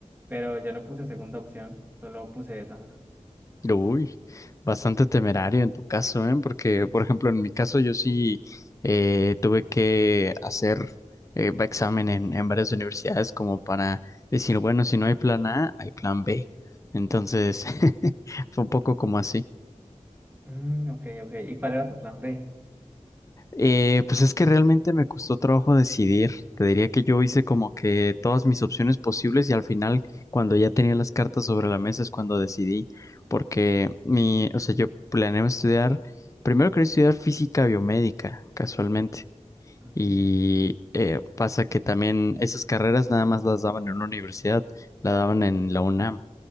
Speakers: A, on the right; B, on the left.
A: Pero yo no puse segunda opción, solo puse esa.
B: Uy, bastante temerario en tu caso, ¿eh? Porque, por ejemplo, en mi caso yo sí eh, tuve que hacer eh, examen en, en varias universidades como para decir, bueno, si no hay plan A, hay plan B. Entonces, <laughs> fue un poco como así.
A: Mm, ok, ok. ¿Y cuál era tu plan B?
B: Eh, pues es que realmente me costó trabajo decidir. Te diría que yo hice como que todas mis opciones posibles y al final, cuando ya tenía las cartas sobre la mesa, es cuando decidí. Porque mi, o sea, yo planeaba estudiar, primero quería estudiar física biomédica, casualmente.
A: Ujú,
B: Y eh, pasa que también esas carreras nada más las daban en una universidad, la daban en la UNAM.